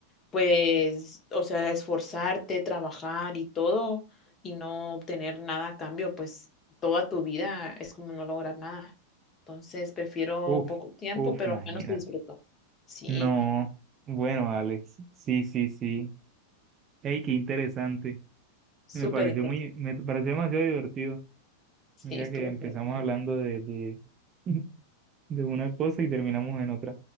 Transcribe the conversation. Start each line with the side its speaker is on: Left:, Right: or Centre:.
Left: pues, o sea, esforzarte, trabajar y todo, y no obtener nada a cambio, pues toda tu vida es como no lograr nada. Entonces, prefiero
Right: Uf,
Left: poco tiempo,
Right: uf,
Left: pero
Right: imagínate.
Left: al menos te disfruto. Sí,
Right: No, bueno, Alex, sí, sí, sí. Ey, qué interesante.
Left: súper
Right: Me pareció
Left: interesante.
Right: muy, me pareció demasiado divertido.
Left: Sí,
Right: Mira
Left: estuvo
Right: que empezamos
Left: muy divertido.
Right: hablando de, de, <laughs> de una cosa y terminamos en otra,